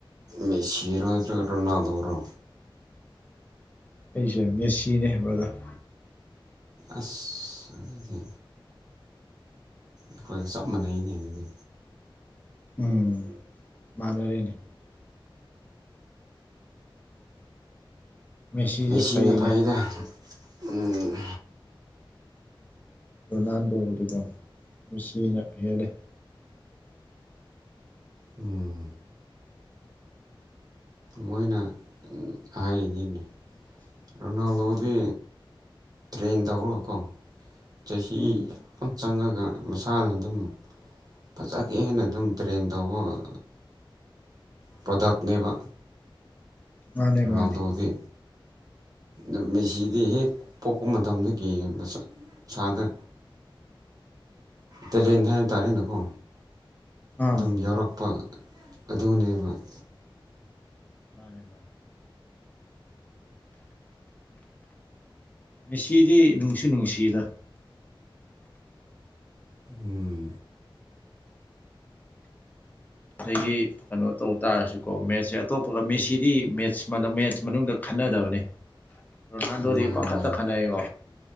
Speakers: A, on the right; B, on the left.
A: ꯃꯦꯁꯤꯔꯣ ꯅꯠꯇꯔꯒ ꯔꯣꯅꯥꯜꯗꯣꯔꯣ
B: ꯑꯩꯁꯦ ꯃꯦꯁꯤꯅꯦ ꯕꯔꯗꯔ
A: ꯑꯁ ꯑꯗꯨꯗꯤ ꯑꯈꯣꯏꯒ ꯆꯞ ꯃꯥꯟꯅꯩꯅꯦ ꯑꯗꯨꯗꯤ
B: ꯎꯝ ꯃꯥꯟꯅꯔꯦꯅꯦ ꯃꯦꯁꯤꯁꯦ
A: ꯃꯦꯁꯤꯅ
B: ꯐꯩꯌꯦꯅꯦ
A: ꯐꯩꯌꯦꯗ ꯎꯝ
B: ꯔꯣꯅꯥꯜꯗꯣ ꯒꯤꯗꯤꯀꯣ ꯃꯦꯁꯤꯁꯤꯅ ꯍꯦꯜꯂꯦ
A: ꯎꯝ ꯃꯣꯏꯅ ꯍꯥꯏꯔꯤꯅꯤꯅꯦ ꯔꯣꯅꯥꯜꯗꯣꯗꯤ
B: ꯎꯝ
A: ꯇ꯭ꯔꯦꯟ ꯇꯧꯔꯒꯀꯣ ꯆꯍꯤ
B: ꯎꯝ
A: ꯌꯥꯝ ꯆꯪꯉꯒ ꯃꯁꯥꯅ ꯑꯗꯨꯝ ꯐꯖꯒꯦꯡꯍꯥꯏꯅ ꯑꯗꯨꯝ ꯇ꯭ꯔꯦꯟ ꯇꯧꯕ ꯑ ꯄ꯭ꯔꯗꯛꯅꯦꯕ
B: ꯃꯥꯅꯦ
A: ꯔꯣꯅꯥꯜꯗꯣꯗꯤ
B: ꯃꯥꯅꯦ
A: ꯑꯗꯨ ꯃꯦꯁꯤꯗꯤ ꯍꯦꯛ ꯄꯣꯛꯄ ꯃꯇꯝꯗꯒꯤ ꯃꯁꯥ ꯃꯁꯥꯗ ꯇꯦꯂꯦꯟ ꯍꯥꯏ ꯇꯥꯔꯦꯅꯦꯀꯣ
B: ꯑꯥ
A: ꯑꯗꯨꯝ ꯌꯥꯎꯔꯛꯄ ꯑꯗꯨꯅꯦꯕ <inaudible>
B: ꯃꯥꯅꯦ ꯃꯥꯅꯦ ꯃꯦꯁꯤꯗꯤ ꯅꯨꯡꯁꯨ ꯅꯨꯡꯁꯤꯗ
A: ꯎꯝ
B: ꯑꯗꯒꯤ ꯀꯩꯅꯣ ꯇꯧ ꯇꯥꯔꯁꯨꯀꯣ ꯃꯦꯠꯁꯦ ꯑꯇꯣꯞꯄꯒ ꯃꯦꯁꯤꯗꯤ ꯃꯦꯠꯁ ꯃꯦꯠꯁ ꯃꯅꯨꯡꯗ ꯈꯠ ꯈꯟꯅꯗꯕꯅꯦ ꯔꯣꯅꯥꯜꯗꯣꯗꯤ
A: ꯃꯥꯅꯦ
B: ꯄꯪꯈꯠꯇ
A: ꯃꯥꯅꯦ
B: ꯈꯠꯅꯩꯑꯦꯕ